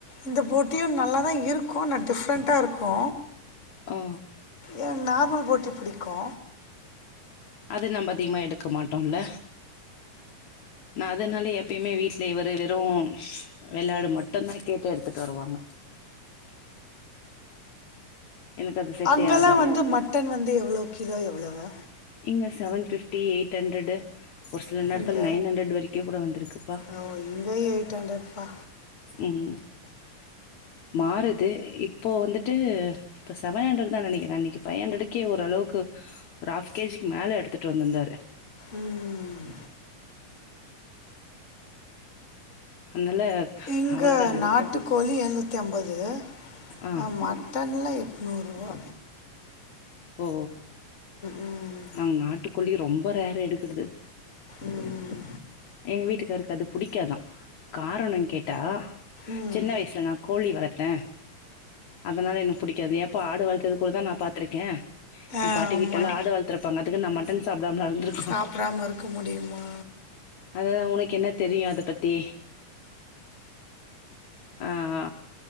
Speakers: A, on the left; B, on the left.
A: இந்த போட். த்தியும் நல்லாதா இருக்கு ஆனா டிஃப்ரெண்ட்டா இருக்கு.
B: ஓ
A: எனக்கு நார்மல் போட்டி புடிக்கு.
B: அது நம்ம அதிகமா எடுக்க மாட்டோம்ல. நா அதனால எப்பயுமே வீட். இல்ல இவரு வெறு வெள்ளாடு மட்டும்தா கேட்டு எடுத்துட்டு வருவாங்க. எனக்கு அது செட்டே
A: அங்கலாம்
B: ஆகாது.
A: வந்து மட்டன் வந்து எவ்ளோ கிலோ எவ்வளவு?
B: இங்க செவன் ஃபிப்டி எயிட் ஹண்ரடு. ஒரு சில நேரத்துல
A: இங்க
B: நைன் ஹண்ரடு வரைக்கும் கூட வந்திருக்குப்பா.
A: ஓ இங்க எயிட் ஹண்ட்ரட்ப்பா.
B: உம் மாறுது இப்போ வந்துட்டு. இப்போ செவன் ஹண்ரடுதான்னு நனைக்கிற அன்னிக்கு ஃபைவ் ஹண்ட்ரடுக்கே ஒரு அளவுக்கு ஒரு ஹஃப் கேஜிக்கு மேல எடுத்துட்டு வந்துருந்தாரு.
A: உம்ம்ம்.
B: அதனால
A: இங்க
B: அவ்ளோதா
A: நாட்டுக்கோழி ஏழ்னூறு. நூத்தி எம்பதுங்க.
B: ஆ
A: ஆமா. தன்லா எட்நூறுரூவா.
B: ஓ
A: ம்
B: நாங்க நாட்டுக்கோழி ரொம்ப ரேர் எடுக்குறது.
A: ம்
B: எங்க வீட்டுக்காரருக்கு அது பிடிக்காதா. காரணம் கேட்டா.
A: ம்
B: சின்ன வயசுல நா கோழி வளர்த்த. அதனால எனக்கு புடிக்காது ஏம்ப்பா ஆடு வளர்த்தது கூடதா நா பாத்திருக்க. எ
A: ஆமா.
B: பாட்டி வீட்டுல எல்லா ஆடு வளர்த்துருப்பாங்க அதுக்கு நா மட்டன் சாப்படாம இருந்துருக்கனு.
A: சாப்பிடாம இருக்க முடியுமா
B: அதுதா உனக்கு என்ன தெரியு அத பத்தி. ஆஹ.